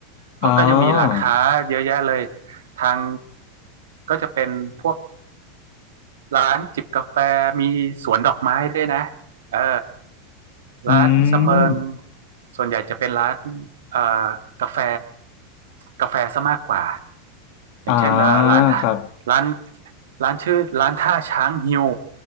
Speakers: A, on the right; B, on the left.
A: เขาก็จะมีร้านค้าเยอะแยะเลย
B: อ๋อ
A: ทางก็จะเป็นพวก ร้านจิบกาแฟมีสวนดอกไม้ด้วยนะเออ
B: อื
A: ร้านสะเมิง
B: ม
A: ส่วนใหญ่จะเป็นร้านเอ่อกาแฟกาแฟซะมากกว่าอย่างเช่นเอ่อร้านท่าร้าน
B: อ่าครับ
A: ร้านชื่อร้านท่าช้างฮิว